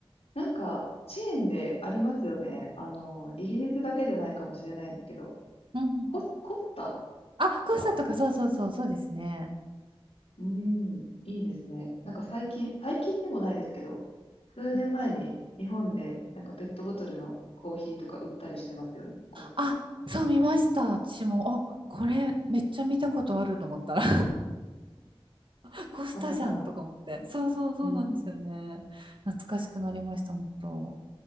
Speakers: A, on the left; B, on the right.
A: なんか、チェーンでありますよね。あの、イギリスだけじゃないかもしれないんですけど、
B: うんうんうん
A: コス、コスタ
B: あ、
A: とか、
B: コンサートか、そうそうそう、そうですね。
A: うん、いいですね。なんか最近、最近でもないですけど、数年前に日本でなんかペットボトルのコーヒーとか売ったりしてますよね、
B: うん
A: コスタ。
B: あ、そう見ました、私も。あ、これめっちゃ見たことあると思ったら <laughs> コスタじゃんとか思って。
A: まさかの。
B: そうそうそうなんですよね。
A: うん
B: 懐かしくなりました、本当。